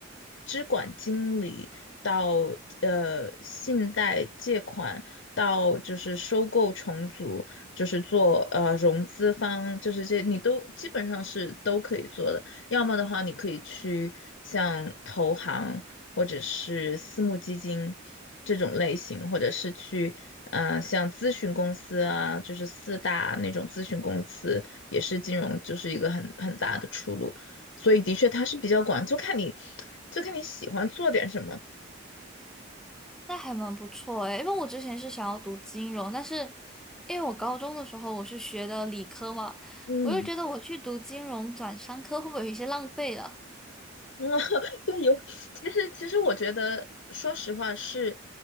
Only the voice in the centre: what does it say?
那还蛮不错诶，因为我之前是想要读金融，但是因为我高中的时候我是学的理科嘛，
我又觉得我去读金融转商科会不会有一些浪费了？